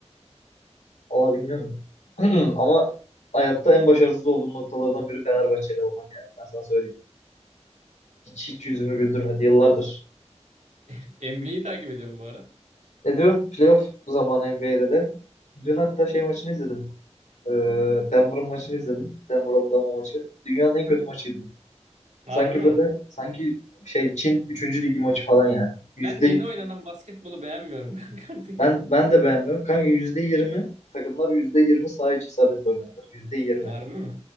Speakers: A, on the left; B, on the right.
A: Valla bilmiyorum. <clears throat> Ama hayatta en başarısız olduğum noktalardan biri Fenerbahçeli olmak yani. Ben sana söyleyeyim. Hiç, hiç yüzümü güldürmedi yıllardır.
B: E, NBA'yi takip ediyorum bu ara.
A: E diyorum playoff zamanı NBA'de de. Dün hatta şey maçını izledim. Ee, Denver'ın maçını izledim. Denver Oklahoma maçı. Dünyanın en kötü maçıydı.
B: Harbi
A: Sanki
B: mi?
A: böyle sanki şey Çin üçüncü ligi maçı falan yani. Yüzde
B: Ben yeni oynanan basketbolu beğenmiyorum <laughs> kanka artık
A: ben
B: ya.
A: ben de beğenmiyorum. Kanka %20 takımlar %20 saha içi isabetle oynadılar. %20.
B: Harbi mi?